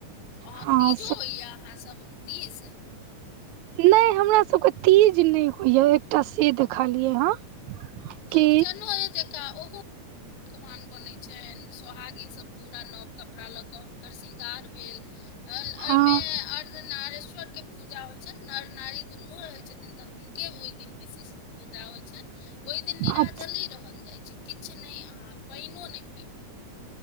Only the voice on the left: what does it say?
और
तीजो होइये अहाँ सब दीस?
चौड़चनोए जकाँ ओहू पकवान सब बनै छनि सोहागिन सब पूरा नव कपड़ा लऽ कऽ हुनकर श्रृंगार भेल।
एहिमे अर्ध नारेश्वर के पूजा होइ छनि। नर-नारी दुनू रहै छथिन तऽ हुनके ओइ दिन विशिष्ट पुजा होइ छनि, ओइ दिन निराजली
रहल जाइ छै, किछ नै अहां पाइनो नै पिब